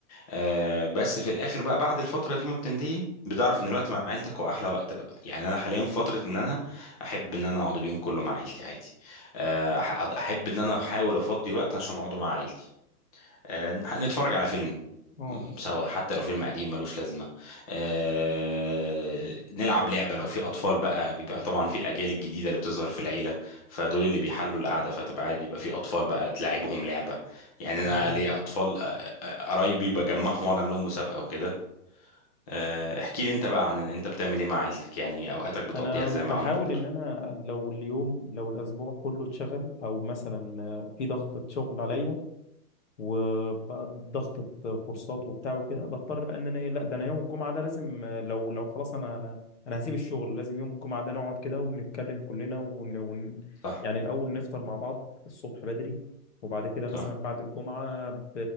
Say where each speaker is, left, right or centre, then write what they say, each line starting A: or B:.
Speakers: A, on the left (about 25°); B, on the left (about 50°).
A: آه بس في الاخر بقى بعد الفتره دي ما بتنتهي بتعرف ان الوقت مع عيلتك هو احلى وقت بقى يعني انا حاليا في فتره ان انا احب ان انا اقعد اليوم كله مع عيلتي عادي آه أح- احب ان انا احاول افضي وقت عشان اقعده مع عيلتي آه، نتفرج على فيلم
B: اه
A: م، سوا حتى لو فيلم قديم ملوش لازمة آه، نلعب لعبة لو في أطفال بقى بيبقى طبعا في الأجيال الجديدة اللي بتظهر في العيلة فدول اللي بيحلوا القعدة فتبقى عادي يبقى في أطفال بقى تلعبهم لعبة يعني أنا
B: جميل جدا
A: ليا أطفال آه، آه، قرايبي بجمعهم وأقعد أعمل لهم مسابقة وكده آه، احكي لي أنت بقى عن أنت بتعمل إيه مع عيلتك يعني أوقاتك بتقضيها
B: انا
A: إزاي
B: بحاول
A: معاهم برضه
B: ان انا لو اليوم لو الاسبوع كله اتشغل او مثلا في ضغط شغل عليا وبقى ضغطة كورسات وبتاع وكده بضطر بقى ان انا ايه لا ده انا يوم الجمعة ده لازم آه، لو لو خلاص انا انا انا هسيب الشغل لازم يوم الجمعة ده نقعد كده ونتكلم كلنا ون... ون...
A: صح
B: يعني الاول نفطر مع بعض الصبح بدري وبعد كده
A: صح
B: مثلا بعد الجمعة ب...